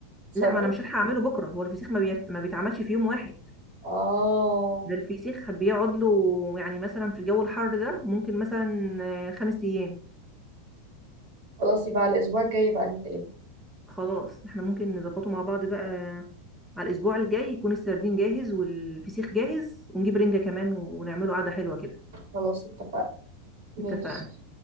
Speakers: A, on the right; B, in the centre.
A: تصرفي
B: لا ما انا مش هلحق اعمله بكره هو الفسيخ ما, بيت... ما بيتعملش في يوم واحد
A: آه
B: ده الفسيخ بيقعد له يعني مثلا في الجو الحر ده ممكن مثلا آه، خمس ايام
A: خلاص يبقى على الأسبوع الجاي بقى نتقابل
B: خلاص احنا ممكن نظبطه مع بعض بقى على الاسبوع الجاي يكون السردين جاهز والفسيخ جاهز ونجيب رنجة كمان ونعمله قعدة حلوة كده
A: خلاص اتفقنا ماشي
B: اتفقنا